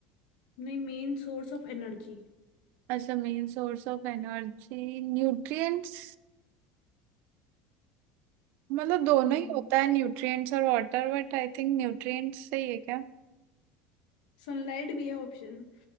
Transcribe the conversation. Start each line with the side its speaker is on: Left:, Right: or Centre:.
Left: नहीं मेन सोर्स ऑफ एनर्जी
Right: अच्छा main source of energy Nutrients मतलब दोनों
Left: हम्म
Right: ही होता है न्यूट्रिएंट्स और water but I think nutrients सही है क्या
Left: सनलाइट भी है ऑप्शन